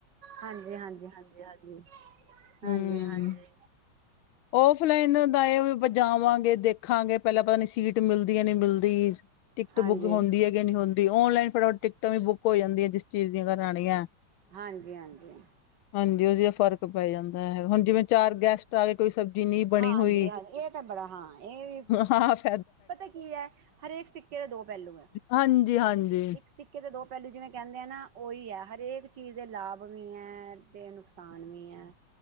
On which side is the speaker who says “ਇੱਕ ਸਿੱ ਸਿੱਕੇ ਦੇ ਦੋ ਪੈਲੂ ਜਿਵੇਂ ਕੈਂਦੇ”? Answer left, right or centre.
Right